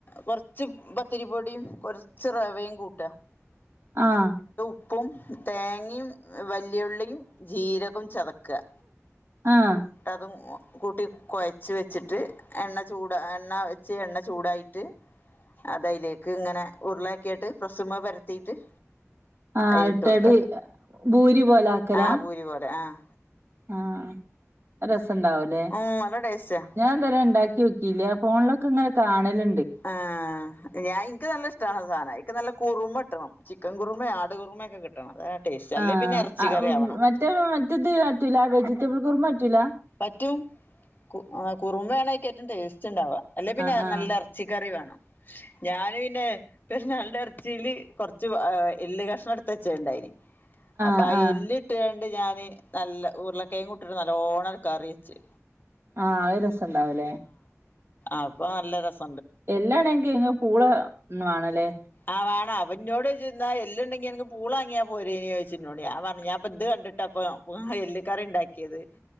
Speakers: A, on the left; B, on the right.
A: കൊറച്ച് പത്തിരിപ്പൊടിയും കുറച്ച് റവയും കൂട്ടുക-
B: ആഹ്-
A: ഉപ്പും തേങ്ങയും വെല്യുള്ളിയും ജീരകവും ചതക്കുക-
B: ആഹ്
A: അതും മൂ കൂട്ടി കൊഴച്ച് വെച്ചിട്ട് എണ്ണ ചൂട് എണ്ണ വെച്ച് എണ്ണ ചൂടായിട്ട്- അത് അയിലേക്ക് ഇങ്ങനെ ഉരുളയാക്കിയിട്ട് പ്രസുമ്മേ പരത്തീട്ട്-
B: ആഹ്
A: അയിലിട്ട്
B: ഇട്ടടി
A: കൊടുക്ക
B: ഭൂരി പോലെ ആക്കലാ
A: ആഹ് പൂരി പോലെ ആഹ്
B: ആഹ് അപ്പ സ് സം ഉണ്ടാവുല്ലേ
A: ഉം നല്ല ടേസ്റ്റാ
B: ഞാൻ ഇതുവരെ ഉണ്ടാക്കി നോക്കിയില്ല ഫോണിലൊക്കെ ഇങ്ങനെ കാണലു
A: ആഹ് ഞാൻ എനിക്ക് നല്ല ഇഷ്ടാണ് ആ സാധനം എനിക്ക്‌ നല്ല കുറുമട്ടണം ചിക്കൻ കുറുമേം ആട് കുറുമെയൊക്കെ കിട്ടണം അതാ ടേസ്റ്റ് അല്ലേ
B: ആഹ്
A: പിന്നെ ഇറച്ചി
B: ആ
A: കറി ആവണം
B: മറ്റേ മറ്റേത് പറ്റില്ല വെജിറ്റബിൾ കുറുമ പറ്റൂല
A: പറ്റും കു ആഹ് കുറുമക്കാണ് ആയിക്ക് ഏറ്റം ടേസ്റ്റുണ്ടാവുക അല്ലെ പിന്നെ
B: ആഹ് ആഹ്
A: നല്ല എറച്ചിക്കറി വേണം ഞാന് പിന്നെ പെരുന്നാളുടെ ഇറച്ചിയില് കുറച്ച് ആ എല്ല് കഷ്ണം എടുത്ത് വെച്ച് ഉണ്ടായിനി അപ്പൊ
B: ആഹ്
A: ആ
B: ആഹ്
A: എല്ല് ഇട്ട് കണ്ട് ഞാന് നല്ല ഉരുളകിഴങ്ങ് ഇട്ടിട്ട് നല്ലോണം കറി വെച്ചു
B: ആഹ് ആത് രസം ഇണ്ടാവുല്ലെ
A: അപ്പൊ നല്ല രസം
B: എല്ലാണെങ്കി അതിന് പൂള വേണല്ലേ
A: ആഹ് വേണം അപ്പം എന്നോട് ചോദിച്ച് എന്താ എല്ലുണ്ടെങ്കി നിനക്ക് പൂള വാങ്ങിയാ പോരേന്ന് ചോദിച്ചെന്നോട് ഞാൻ പറഞ്ഞ് ഞാൻ ഇപ്പം ഇത് കണ്ടിട്ട അപ്പോ അപ്പൊ ആഹ് എല്ല് കറി ഉണ്ടാക്കിയത്